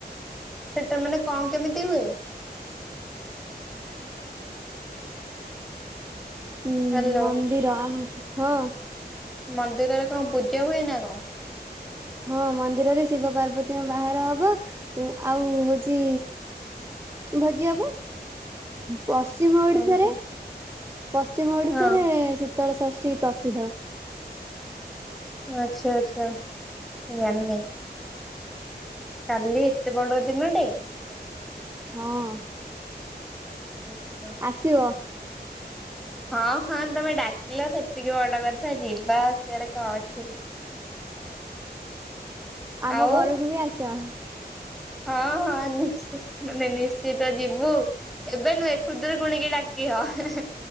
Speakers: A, in the centre; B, on the right.
A: ସେଟା ମାନେ କଣ କେମିତି ହୁଏ?
B: ହୁଁ
A: ହ୍ୟାଲୋ
B: ମନ୍ଦିର ଆମ ହଁ।
A: ମନ୍ଦିରରେ କଣ ପୂଜା ହୁଏ ନା କଣ?
B: ହଁ ମନ୍ଦିରରେ ଶିବ ପାର୍ବତୀଙ୍କ ବାହାର ହବ ଆଉ ହଉଛି ଭୋଜି ହବ। ପଶ୍ଚିମ ଓଡିଶାରେ
A: ଓହୋ
B: ପଶ୍ଚିମ ଓଡିଶାରେ
A: ହଁ
B: ସେ ଶୀତଳଷଷ୍ଠୀ ପ୍ରସିଦ୍ଧ।
A: ଆଚ୍ଛା ଆଚ୍ଛା ଜାଣିନି। କାଲି ଏତେ ବଡ ଦିନଟେ।
B: ହଁ।
A: <unintelligible>
B: ଆସିବ।
A: ହଁ ହଁ ତମେ ଡାକିଲ ସେତିକି ବଡ କଥା ଯିବା ଆସିବାରେ କଣ ଅଛି।
B: ଆମ
A: ଆଉ
B: ଘରକୁ ବି ଆସିବ।
A: ହଁ ହଁ ନିଶ ମାନେ ନିଶ୍ଚିତ ଯିବୁ। ଏବେ ନୁହେଁ ଖୁଦୁରୁକୁଣୀ କି ଡାକି ହ ହଁ ହଁ।